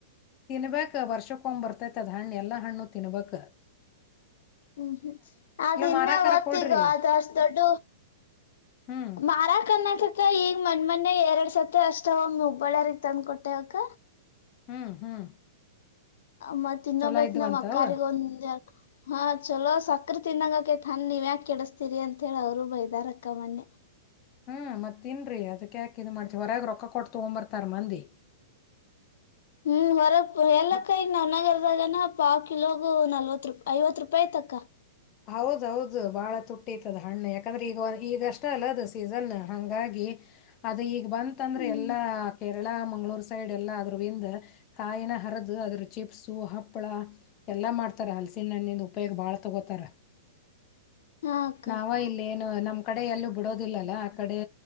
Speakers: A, on the left (about 25°); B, on the left (about 60°).
A: ತಿನ್ಬಕ್ ವರ್ಷಕ್ಕೊಂದು ಬರ್ತೈತೇ ಅದು ಹಣ್ಣ ಎಲ್ಲಾ ಹಣ್ಣು ತಿನ್ಬಕ್.
B: ಹ್ಮ್ ಹ್ಮ್ ಅದು ಇನ್ನ
A: ಮಾರಾಕರ
B: ಹೊತ್ತಿಗ
A: ಕೊಡ್ರಿ
B: ಅದು ಅಷ್ಟ ದೊಡ್ಡ
A: ಹ್ಮ್
B: ಮಾರಕ ಅನ್ನೋದಕ್ಕೆ ಈಗ. ನಮ್ಮ ಮನೆ ಎರಡ್ ಸತಿ ಅಷ್ಟೇ ಅವಮ್ಮ ಹಬ್ಬ ಳ್ಳಾರಿಗ್ ತಂದ್ ಕೊಟ್ಟು ಹೋಗಕ.
A: ಹ್ಮ್ ಹ್ಮ್.
B: ಮತ್ ಇನ್ನೊಬ್ಬಾಕಿ
A: ಚೊಲೋ ಇದ್ವಂತ
B: ನಮ್ ಅಕ್ಕಾರಿಗ
A: ಅವ
B: ಒಂದ್ ಯಾರ್. ಹಾ ಚಲೋ ಸಕ್ರಿ ತಿಂದಂಗ ಆಗ್ತೈತೆ ಹಂಗ ನೀವ್ ಯಾಕ ಕೆಡಿಸತೀರಿ ಅಂತ ಹೇಳಿ ಅವರು ಬೈದಾರಕ್ಕ ಮೊನ್ನೆ.
A: ಹ್ಮ ಮತ್ತ ತಿನ್ರಿ ಅದಕ್ಕೆ ಯಾಕೆ ಇದ ಮಾಡ್ತೀವಿ ಹೊರಗೆ ರೊಕ್ಕ ಕೊಟ್ಟ ತೊಗೊಂಡ ಬರ್ತಾರ ಮಂದಿ.
B: ಹು ಹೊರಗ. ನೆರಳೇಕಾಯಿ
A: ಹ
B: ನನಗಲ್ಲ. ಇವ ಆಗನ ಪಾವ್ ಕಿಲೋಗು ನಲ್ವತ್ ರೂಪಾಯಿ ಐವತ್ ರೂಪಾಯಿತಕ್ಕ.
A: ಹೌದೌದು ಬಾಳ ತುಟ್ಟಿ ಐತಿ ಅದ ಹಣ್ಣು ಯಾಕಂದ್ರೆ ಈಗ ಈಗಷ್ಟ ಅಲ್ಲ ಅದು ಸೀಸನ್ ಹಂಗಾಗಿ ಅದು ಈಗ. ಈ ಬಂತ ಅಂದ್ರ
B: ಹ್ಮ್
A: ಎಲ್ಲಾ ಕೆ. ಕೇರಳ ಮಂಗಳೂರ್ ಸೈಡ್ ಎಲ್ಲ ಅದ್ರಿಂದ ಕಾಯಿನ ಹರಿದ ಅದ್ರ ಚಿಪ್ಸು ಹಪ್ಪಳ ಎಲ್ಲ ಮಾಡ್ತಾರ ಹಲಸಿನ ಹಣ್ಣಿಂದ ಉಪಯೋಗ ಬಾಳ ತಗೋತಾರ.
B: ಹಾ ಅಕ್ಕ
A: ನಾವ ಇಲ್ಲೇ ಎನ್. ನಮ್ ಕಡೆ ಎಲ್ಲೂ ಬಿಡೋದಿಲ್ಲಲ್ಲ ಆ ಕಡೆ